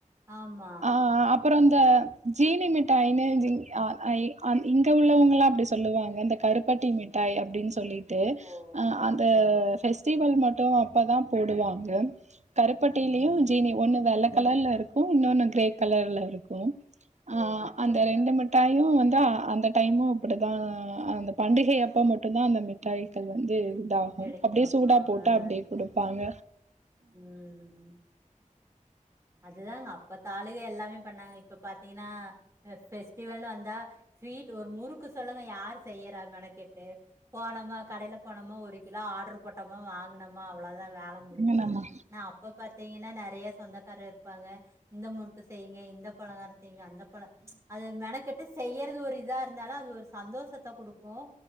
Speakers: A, on the right; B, on the right.
A: ஆமா
B: அ ஆ அப்பறோ அந்த ஜீனி மிட்டாய்னு ஜி அ இ இங்க உள்ளவங்கலா அப்டி சொல்லுவாங்க இந்த கருப்பட்டி மிட்டாய் அப்டின் சொல்லிற் டு
A: ஓ
B: ஆ அந்த
A: சேரி சேரி
B: பெஸ்டிவல் மட் டு அப்பதா போடுவாங்க கருப்பட்டிலியு
A: ம்
B: ஜீனி ஒண்ணு வெல்ல கலர்ல இருக்கு இன்னொன்னு கிரே கலர்ல இருக்கு ஆ
A: ஓ அப்டிங்களா
B: அந்த ரெண்டு மிட்டாயு வந் தா அந்த டைமு இப்பிடிதா அந்த பண்டிகை அப்ப மட்டுந்தா அந்த மிட்டாய்கள் வந்து தாகு
A: கெடைக்குமா
B: அப்டியே சூடா போட்டா
A: ஆ
B: அப்டி விப்பாங்க
A: ம் அதுதாங்க அப்ப தாள் ளுக எல்லாமே பண்ணாங்க இப்ப பாத் திங்னா அ பெஸ்டிவல்னு வந்தா ஸ்வீட் ஒரு முறுக் கு சொல்லுங்க யார் செய்யறா மெனக்கெட்டு போனமா கடைல போனமா ஒரு கிலோ ஆட்ரு போட்டமா வாங்கனமா அவ்ளோதா வேலை முடிஞ்சிச்சு
B: என்னமா
A: ஆனா அப்ப பாத் தீங்கனா நெறைய சொந்த தர இருப்பாங்க இந்த முறுக்கு செய்யுங்க இந்த பலகாரம் செய்யுங்க அந்த பலகா போல அது மெனக்கெட்டு செய்யறது ஒரு இதா இருந்தாலு அது ஒரு சந்தோஷத்த குடுக்கோ